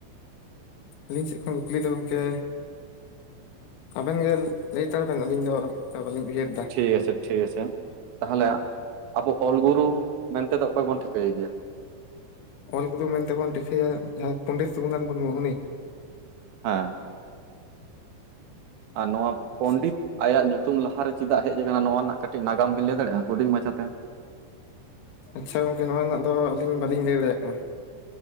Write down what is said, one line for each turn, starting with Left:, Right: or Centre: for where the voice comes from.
Left: ᱟᱹᱞᱤᱧ ᱥᱮᱫ ᱠᱷᱚᱱ ᱠᱩᱠᱞᱤ ᱫᱚ ᱜᱚᱢᱠᱮ ᱟᱵᱮᱱ ᱜᱮ ᱞᱟᱹᱭ ᱦᱟᱛᱟᱲ ᱵᱮᱱ ᱟᱹᱞᱤᱧ ᱫᱚ ᱵᱟᱟᱹᱞᱤᱧ ᱩᱭᱦᱟᱹᱨ ᱫᱟ᱾
Right: ᱴᱷᱤᱠ ᱟᱪᱷᱮ ᱴᱷᱤᱠ ᱟᱪᱷᱮ ᱛᱟᱦᱚᱞᱮ ᱟᱵᱚ ᱚᱞ ᱜᱩᱨᱩ ᱢᱮᱱᱛᱮ ᱫᱚ ᱚᱠᱚᱭ ᱵᱚᱱ ᱴᱷᱤᱠᱟᱹᱭᱟ?
Left: ᱚᱞ ᱜᱩᱨᱩ ᱢᱮᱱᱛᱮᱵᱚᱱ ᱴᱷᱠᱷᱟᱹᱭᱟ ᱡᱟᱦᱟᱭ ᱯᱚᱱᱰᱤᱛ ᱨᱚᱜᱷᱩᱱᱟᱛᱷ ᱢᱩᱨᱢᱩ, ᱩᱱᱤ?
Right: ᱦᱮᱸ ᱟᱨ ᱱᱚᱣᱟ ᱯᱚᱱᱰᱤᱛ
Left: ᱟᱪᱪᱷᱟ
Right: ᱟᱭᱟᱜ ᱧᱩᱛᱩᱢ ᱞᱟᱦᱟᱨᱮ ᱪᱮᱫᱟᱜ ᱦᱮᱡ ᱟᱠᱟᱱᱟ ᱱᱚᱣᱟ ᱨᱮᱱᱟᱜ ᱠᱟᱹᱴᱤᱡ ᱱᱟᱜᱟᱢ ᱵᱤᱱ ᱞᱟᱹᱭ ᱫᱟᱲᱮᱜᱼᱟ ᱦᱩᱰᱤᱧ ᱢᱟᱪᱷᱟ ᱛᱮ,
Left: ᱟᱪᱪᱷᱟ ᱜᱚᱝᱠᱮ ᱱᱚᱣᱟ ᱨᱮᱱᱟᱜ ᱫᱚ ᱟᱹᱞᱤᱧ ᱵᱟᱹᱞᱤᱧ ᱞᱟᱹᱭ ᱫᱟᱲᱮᱭᱟᱜ ᱠᱟᱱᱟ᱾